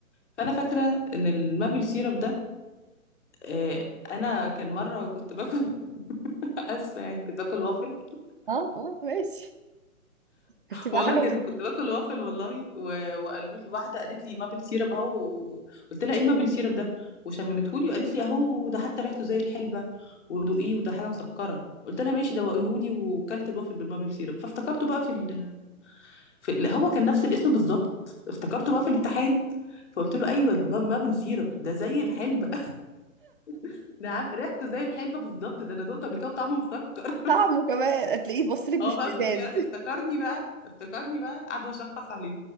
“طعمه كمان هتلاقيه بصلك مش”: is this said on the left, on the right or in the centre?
Right